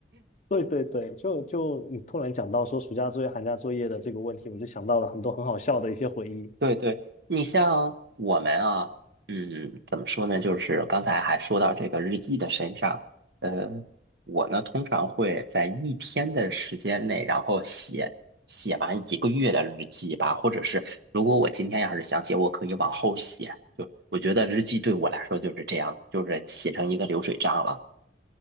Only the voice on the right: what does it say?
对对，你像我们啊，嗯，怎么说呢？就是刚才还说到这个日记的身上，呃，我呢通常会在一天的时间内，然后写写完一个月的日记吧，或者是如果我今天要是想写，我可以往后写。就我觉得日记对我来说就是这样的，就是写成一个流水账了。